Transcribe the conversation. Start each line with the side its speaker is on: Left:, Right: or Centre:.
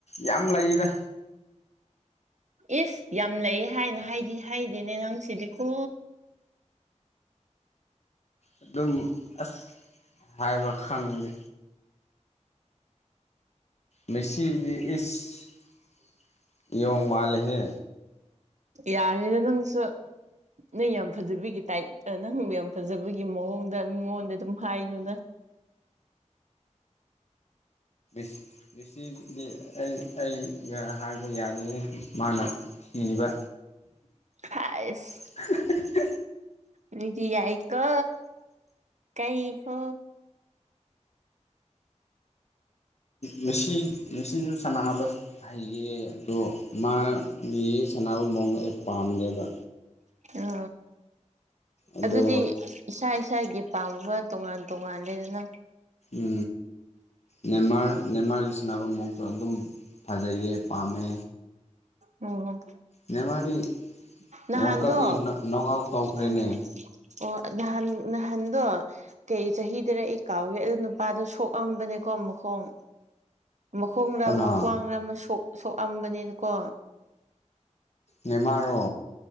Left: ꯌꯥꯝ ꯂꯩꯗ
Right: ꯏꯁꯁ ꯌꯥꯝ ꯂꯩꯌꯦ ꯍꯥꯏꯅ ꯍꯥꯏꯗꯤ ꯍꯥꯏꯗꯤ ꯑꯗꯨꯅꯦ ꯅꯪ ꯁꯤꯗꯤ ꯀꯣ
Left: ꯑꯗꯨꯝ ꯑꯁ ꯍꯥꯏꯕ ꯈꯪꯗꯦ ꯃꯤꯁꯤꯗꯤ ꯏꯁ ꯌꯣꯡ ꯃꯜꯂꯤꯍꯦ
Right: ꯌꯥꯔꯦꯗ ꯅꯪꯁꯨ ꯅꯪ ꯌꯥꯝ ꯐꯖꯕꯤꯒꯤ ꯇꯥꯏꯞ ꯅꯪ ꯌꯥꯝ ꯐꯖꯕꯒꯤ ꯃꯑꯣꯡꯗ ꯃꯤꯉꯣꯟꯗ ꯑꯗꯨꯝ ꯍꯥꯏꯅꯨꯅ
Left: ꯁ <inaudible> ꯃꯤꯁꯤꯗꯤ ꯑꯩ ꯑꯩꯒ ꯍꯥꯏꯕ ꯌꯥꯗꯦꯍꯦ ꯃꯥꯅ ꯀꯤꯕ
Right: ꯍꯥꯏꯁ
Left: <inaudible>
Right: ꯃꯤꯗꯤ ꯌꯥꯏꯀꯣ ꯀꯛꯏꯀꯣ
Left: ꯃꯤꯁꯤ ꯃꯤꯁꯤꯁꯨ ꯁꯥꯟꯅꯕ ꯍꯩꯌꯦ ꯑꯗꯣ ꯃꯥꯒꯤ ꯁꯥꯟꯅꯕ ꯃꯑꯣꯡꯗꯣ ꯑꯩ ꯄꯥꯝꯗꯦꯕ
Right: ꯎ
Left: ꯑꯗꯣ
Right: ꯑꯗꯨꯗꯤ ꯏꯁꯥ ꯏꯁꯥꯒꯤ ꯄꯥꯝꯕ ꯇꯣꯉꯥꯟ ꯇꯣꯉꯥꯟ ꯂꯩꯗꯅ
Left: ꯎ ꯅꯦꯝꯃꯥꯔ ꯅꯦꯝꯃꯥꯔꯒꯤ ꯁꯅꯕ ꯃꯑꯣꯡꯁꯨ ꯑꯗꯨꯝ ꯐꯖꯩꯌꯦ ꯄꯥꯥꯝꯃꯦ
Right: ꯎꯝ
Left: ꯅꯦꯃꯗꯤ
Right: ꯅꯍꯥꯟꯗꯣ
Left: ꯋꯥꯔꯜ ꯀꯞꯒꯤ ꯅꯒꯥꯎ ꯇ ꯎꯈ꯭ꯔꯦꯅꯦ
Right: ꯎꯝ ꯑꯣ ꯅꯍꯥꯟ ꯅꯍꯥꯟꯗꯣ ꯀꯩ ꯆꯍꯤꯗꯔ ꯀꯥꯎꯏ ꯑꯗꯨ ꯅꯨꯄꯥꯗꯣ ꯁꯣꯛꯑꯝꯕꯅꯦꯀꯣ ꯃꯈꯣꯡ ꯃꯈꯣꯡꯗ
Left: ꯀꯩꯅꯣ
Right: ꯑꯃ ꯈ꯭ꯋꯥꯡꯗ ꯑꯃ ꯁꯣꯛꯑꯝꯕꯅꯤꯅꯀꯣ
Left: ꯅꯦꯃꯔꯣ